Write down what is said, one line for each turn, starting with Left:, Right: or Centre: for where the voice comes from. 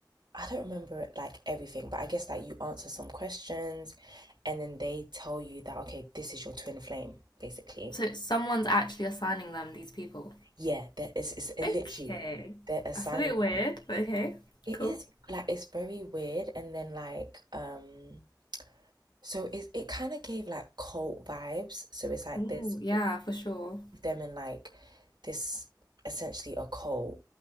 Right: I don't remember it, like everything, but I guess like you answer some questions, and then they tell you that okay, this is your twin flame, basically.
Left: so someone's actually assigning them these people.
Right: Yeah, that is it's it
Left: Okay.
Right: literally they're assigning
Left: That's a bit weird,
Right: them.
Left: but okay.
Right: It
Left: Cool.
Right: is like it's very weird, and then like um, so it it kind of gave like cult vibes. So it's like
Left: Oh,
Right: there's
Left: yeah, for sure.
Right: them in like this essentially a cult